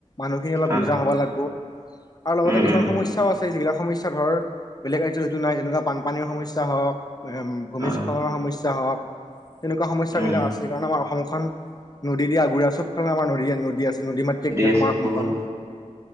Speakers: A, on the left (about 35°); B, on the right (about 25°).
A: মানুহখিনি অলপ
B: অ
A: বুজা হ'ব লাগব। আৰু লগতে
B: উম
A: কিছুমান
B: উম
A: সমস্যাও আছে যিবিলাক সমস্যা ধৰ বেলেগ ৰাজ্যত যিটো নাই যেনেকুৱা বানপানীৰ সমস্যা হওক উম, ভূমিস্খলনৰ
B: অ
A: সমস্যা হওক তেনেকুৱা সমস্যাবিলাক
B: উম
A: আছে কাৰণ আমাৰ অসমখন নদী দি আগুৰা চবফালে আমাৰ নদী নদী আছে নদী মাতৃক দিয়া
B: আছে
A: আমাৰ অসমখন।
B: বহুত